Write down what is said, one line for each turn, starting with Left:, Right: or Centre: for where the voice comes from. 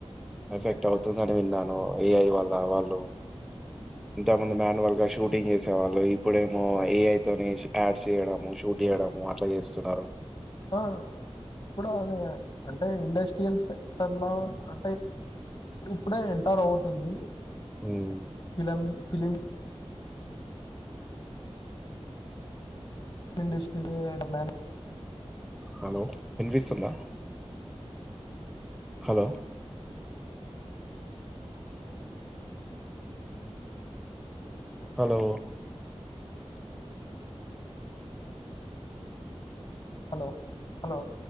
Centre: ఎఫెక్ట్ అవుతుందని విన్నాను ఏఐ వాల్ళ వాళ్ళు ఇంతమంది మాన్యువల్ గా షూటింగ్ చేసే వాళ్ళు ఇప్పుడేమో ఏఐ తోని యాడ్స్ చేయడము షూట్ చేయడము అట్లా చేస్తున్నారు
Left: ఆ ఇప్పుడు అదే అంటే ఇండస్ట్రియల్ సెక్టర్ లో అంటే ఇప్పుడు ఇప్పుడే ఎంటర్ అవుతుంది
Centre: హ్మ్.
Left: ఫిలిం ఫిలిమ్ ఇండస్ట్రీ హడ్ మన్
Centre: హలో వినిపిస్తుందా హలో హలో
Left: హలో హలో